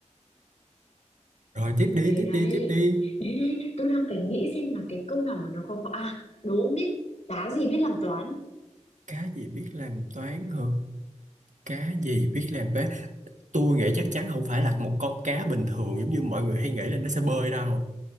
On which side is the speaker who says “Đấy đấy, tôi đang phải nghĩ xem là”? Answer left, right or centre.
Left